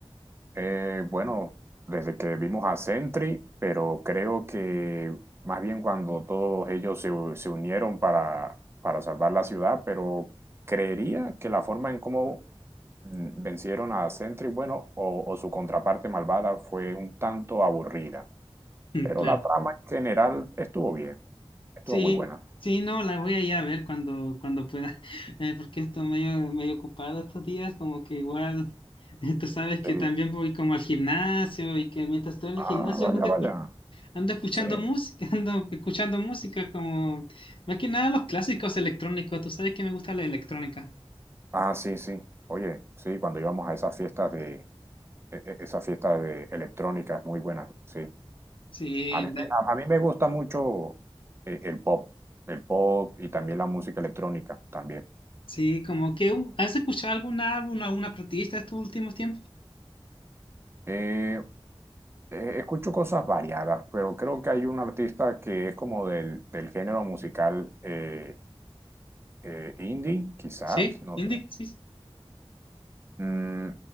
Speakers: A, on the right (about 25°); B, on the left (about 60°).
A: Eh, bueno, desde que vimos a Sentry, pero creo que más bien cuando todos ellos se, se unieron para, para salvar la ciudad, pero creería que la forma en cómo mm, vencieron a Sentry, bueno, o, o su contraparte malvada fue un tanto aburrida,
B: Mm,
A: pero
B: Claro.
A: la trama en general estuvo bien, estuvo
B: Sí,
A: muy buena.
B: sí, no, la voy a ir a ver cuando, cuando pueda, <laughs> eh, porque estoy medio, medio ocupado estos días, como que igual, <laughs> tú sabes que
A: Sí.
B: también voy como al gimnasio y que mientras estoy en el
A: Ah,
B: gimnasio
A: vaya,
B: ando, escu-
A: vaya.
B: ando escuchando
A: Sí.
B: música, <laughs> ando escuchando música como, más que nada los clásicos electrónicos, tú sabes que me gusta la electrónica.
A: Ah, sí, sí. Oye, sí, cuando íbamos a esas fiestas de e- e- esas fiestas de electrónicas muy buenas, sí.
B: Sí,
A: A mí,
B: de-
A: me- a, a mí me gusta mucho eh, el pop, el pop y también la música electrónica también.
B: sí, como que, uh, ¿has escuchado algún álbum, alguna artista estos últimos tiempos?
A: Eh, eh, escucho cosas variadas, pero creo que hay un artista que es como del, del género musical eh, eh, indie, quizás,
B: Sí,
A: no
B: indie,
A: sé,
B: sí, sí.
A: mm,